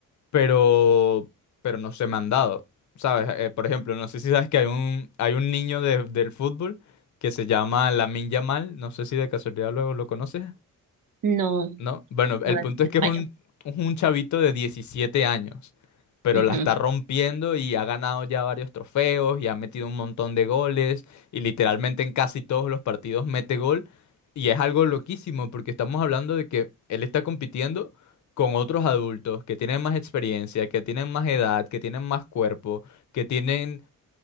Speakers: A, on the left; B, on the right.
A: pero, pero no se me han dado, ¿sabes? Eh, por ejemplo, no sé si sabes que hay un, hay un niño de- del fútbol que se llama Lamine Yamal, no sé si de casualidad lo, lo conoces.
B: No,
A: ¿no? Bueno,
B: no
A: el punto
B: te
A: es que
B: fallo.
A: es un, es un chavito de 17 años, pero
B: Ujú,
A: la está rompiendo y ha ganado ya varios trofeos y ha metido un montón de goles y literalmente en casi todos los partidos mete gol y es algo loquísimo porque estamos hablando de que él está compitiendo con otros adultos que tienen más experiencia, que tienen más edad, que tienen más cuerpo, que tienen